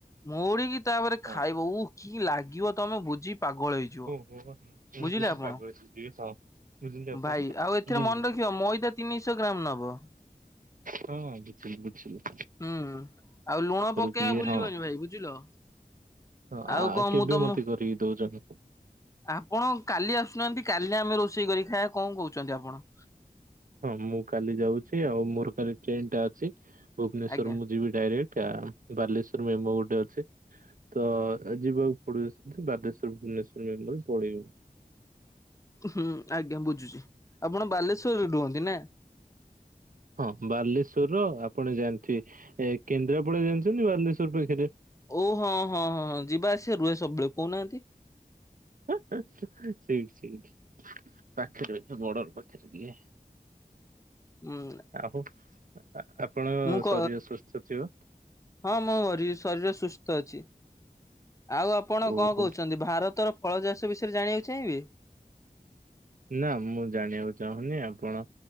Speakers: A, on the left; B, on the right.
A: ମୋଡିକି ତାପରେ ଖାଇବ
B: ହଁ
A: ଉ କି ଲାଗିବ ତମେ ବୁଝି ପାଗଳ ହେଇଯିବ।
B: <unintelligible>
A: ବୁଝିଲେ ଆପଣ
B: ପାଗଳ <unintelligible> ଯେ ହଁ। ବୁଝିଲେ ଆପଣ?
A: ଭାଇ ଆଉ ଏଥିର
B: ବୁଝିଲି
A: ମନ୍ ରଖିବ ମଇଦା ତିନିଶ ଗ୍ରାମ୍ ନବ।
B: ହଁ ବୁଝିଲୁ ବୁଝିଲୁ।
A: ହୁଁ ଆଉ ଲୁଣ ପକେଇଆ
B: ଟିକେ
A: ଭୁଲିବନି
B: ହଁ
A: ଭାଇ ବୁଝିଲ।
B: ହଁ
A: ଆଉ
B: ଆ
A: କଣ
B: କେବେ
A: ମୁଁ ତମ
B: ମତେ କରିକି ଦଉଚନ୍?
A: ଆପଣ କାଲି ଆସୁନାହାନ୍ତି କାଲି ଆମେ ରୋଷେଇ କରି ଖାଇଆ କଣ କହୁଚନ୍ତି ଆପଣ?
B: ହଁ ମୁଁ କାଲି ଯାଉଛି ଆଉ ମୋର କାଲି ଟ୍ରେନ ଟା ଅଛି ଭୁବନେଶ୍ୱର
A: ଆଜ୍ଞା
B: ମୁଁ ଯିବି ଡାଇରେକ୍ଟ ଆ ବାଲେଶ୍ଵର ମେମ ଗୋଟେ ଅଛି। ତ ଯିବାକୁ ପଡୁ ସେମତି ବାଦେଶ୍ଵର ଭୁବନେଶ୍ଵର ମେମୁ ରେ ପଳେଇିବି ମୁଁ।
A: ହୁଁ ଆଜ୍ଞା ବୁଝୁଛି ଆପଣ ବାଲେଶ୍ଵରରେ ରୁହନ୍ତି ନା?
B: ହଁ ବାଲେଶ୍ଵରର ଆପଣ ଜାଣିଥିବେ ଏ କେନ୍ଦ୍ରାପଡା ଜାଣିଚନ୍ତି ବାଲେଶ୍ୱର ପାଖରେ?
A: ଓ ହଁ ହଁ ହଁ ଯିବା ଆସିବା ରୁହେ ସବୁବେଳେ କହୁନାହାନ୍ତି।
B: <unintelligible> ସେଇଠି ସେଇଠି ପାଖରେ <unintelligible> ବଡର ପାଖରେ ଇଏ।
A: ହୁଁ
B: ଆଉ ଆପଣଙ୍କ
A: ମୁଁ କ
B: ଶରୀର ସୁସ୍ଥ ଥିବ।
A: ହଁ ମୋ ମରି ଶରୀର ସୁସ୍ଥ ଅଛି ଆଉ ଆପଣ
B: ଓହୋ
A: କଣ କହୁଚନ୍ତି ଭାରତର ଫଳ ଚାଷ ବିଷୟରେ ଜାଣିବାକୁ ଚାହିଁବି?
B: ନା ମୁଁ ଜାଣିବାକୁ ଚାହୁଁନି ଆପଣ